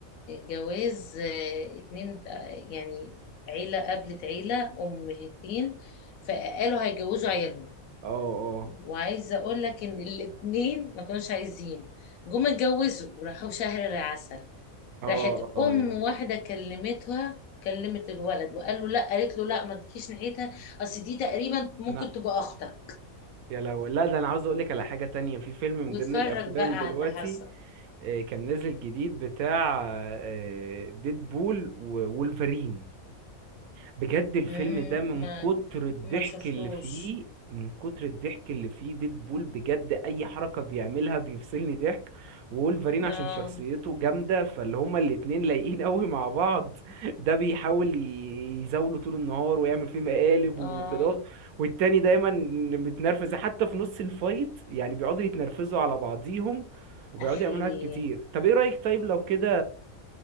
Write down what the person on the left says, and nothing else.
جواز آه، اتنين آه، يعني عيلة قابلت عيلة أمهتين فقالوا هيجوزوا عيالهم
وعايزة أقول لك إن الاتنين ما كانوش عايزين جم اتجوزوا وراحوا شهر العسل
راحت
أم
واحدة كلمتها كلمت الولد وقال له لا قالت له لا ما تجيش ناحيتها أصل دي تقريبا ممكن
تبقى أختك
واتفرج
بقى
على اللي حصل
مم،
ما
ما شفتوش
اه
اه
احيه